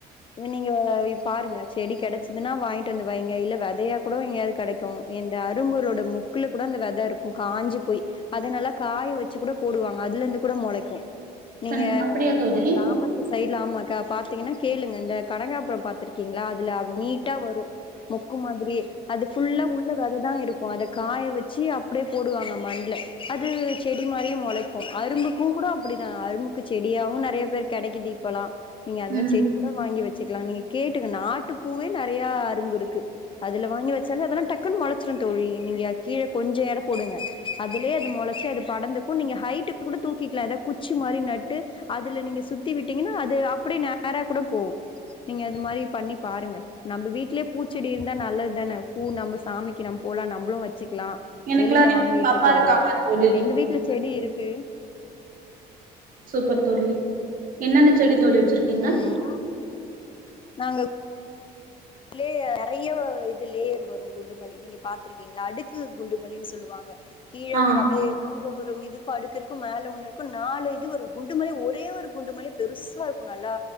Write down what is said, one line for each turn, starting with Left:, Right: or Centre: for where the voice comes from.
Left: என்ன நீங்க நீங்க போய் பாருங்க செடி கிடைச்சதுன்னா வாங்கிட்டு வந்து வைங்க இல்ல விதையா கூட எங்கயாவது கிடைக்கு எந்த அரும்புகளோட மொக்குல கூட அந்த வெத இருக்கு காஞ்சி போய் அது நல்லா காய வச்சு கூட போடுவாங்க அதுல இருந்து கூட முளைக்கு நீங்க
Right: கண் அப்படியா தோழி
Left: கிராம சைடுல ஆமாக்கா பாத்தீங்கன்னா கேளுங்க இந்த கனகாபுர பாத்துருக்க அதுல நீட்டா வரு முக்கு மாதிரியே அது புல்லா உள்ள விததா இருக்கு ஒ அத காய வச்சி அப்டியே போடுவாங்க மண்ல அது செடி மாரியே மொளைக்கு அரும்புப் பூ கூட அப்படிதா அரும்புக்கு செடியாவு நெறைய பேர்க் கெடைக்குது இப்பல்லா நீங்க அது
Right: ம்
Left: மாதிரி செடி கூட வாங்கி வெக் ச்சுக்கலா நீங்க கேட்டுங்க நாட்டுப்பூவே நெறையா அரும்பு இருக்கு. அதுல வாங்கி வெச்சாலே அதெல்லா டக்குன் மொளச்சிரு தோழி நீங்க அ கீழ கொஞ்சோ எட போடுங்க. அதுலியே அது மொளச்சு அது படந்துக்கு நீங்க ஹைட் கூட தூக்கிக்லா எதா குச்சி மாரி நட்டு அதுல நீங்க சுத்தி விட்டீங்கன்னா அது அப்டே நேரா கூட போவு. நீங்க அது மாரி பண்ணி பாருங்க நம்ப வீட்லியே பூச்செடி இருந்தா நல்லது தான. பூ நம்ப சாமிக்கு நம்ம போலா நம்புளு வெச்சிக்லா
Right: எனக்குலா
Left: வெளில
Right: ரெண்டு
Left: வாங்கிட்ருக்கறத
Right: பாப்பா இருக்காங்க
Left: விட
Right: தோழி
Left: எங்க வீட்ல செடி இருக்கு.
Right: சூப்பர் தோழி என்னென்ன செடி தோழி வெச்சிருக்கீங்க?
Left: ம் நாங்க <inaudible> நறைய வ இது லேயர் வரு குண்டுமல்லி நீங்க பாத்திரு க்கீங்ளா அடுக்கு குண்டுமல்லின் சொல்லுவாங்க கீழ
Right: ஆ
Left: ஒரு அப்டியே கீழ ஒரு மிதுக்கு அடுக்கு இருக்கு மேல ஒன்னு இருக்கு நாலு இது வரு குண்டுமல்லி ஒரே ஒரு குண்டு மல்லி பெருசா இருக்கு நல்லா